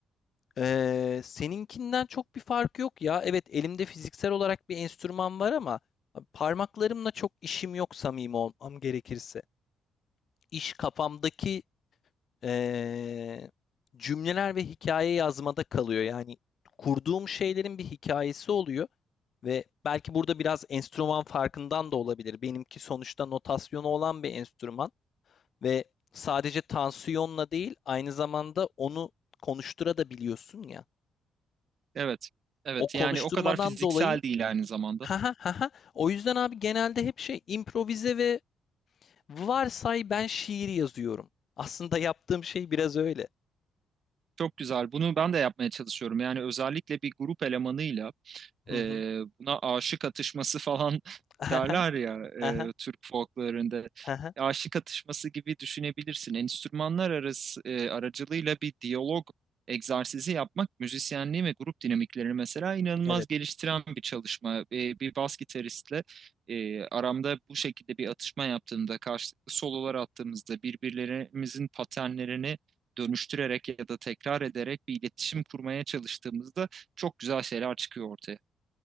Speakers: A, on the left; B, on the right.
A: eee, seninkinden çok bir fark yok ya. Evet elimde fiziksel olarak bir enstrüman var ama e, parmaklarımla çok işim yok samimi olmam gerekirse. İş kafamdaki eee, cümleler ve hikaye yazmada kalıyor. Yani kurduğum şeylerin bir hikayesi oluyor ve belki burada biraz enstrüman farkından da olabilir. Benimki sonuçta notasyonu olan bir enstrüman ve sadece tansiyonla değil, aynı zamanda onu konuştura da biliyorsun ya.
B: Evet. Evet
A: O konuşturmadan
B: yani o kadar fiziksel
A: dolayı
B: değil aynı zamanda.
A: ha ha ha ha. O yüzden abi genelde hep şey improvize ve varsay ben şiir yazıyorum. Aslında yaptığım şey biraz öyle.
B: Çok güzel. Bunu ben de yapmaya çalışıyorum. Yani özellikle bir grup elemanıyla
A: Hı
B: Ee,
A: hı.
B: buna aşık atışması falan <laughs>
A: <laughs> Aha,
B: derler ya
A: aha,
B: e, Türk folklarında.
A: aha.
B: Aşık atışması gibi düşünebilirsin. Enstrümanlar arası e, aracılığıyla bir diyalog egzersizi yapmak müzisyenliği ve grup dinamiklerini mesela inanılmaz
A: Evet.
B: geliştiren bir çalışma. E, bir bas gitaristle e, aramda bu şekilde bir atışma yaptığımda, karşılıklı sololar attığımızda birbirlerimizin paternlerini dönüştürerek ya da tekrar ederek bir iletişim kurmaya çalıştığımızda çok güzel şeyler çıkıyor ortaya.